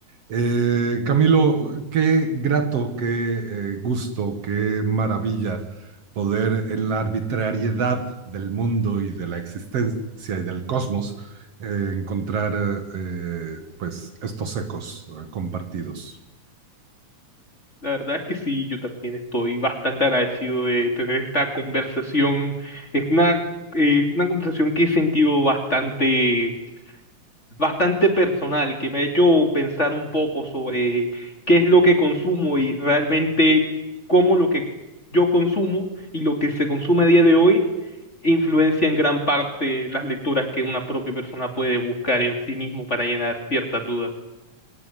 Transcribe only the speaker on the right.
Eh, Camilo, qué grato, qué eh, gusto, qué maravilla poder en la arbitrariedad del mundo y de la existencia y del cosmos eh, encontrar eh, pues estos ecos eh, compartidos.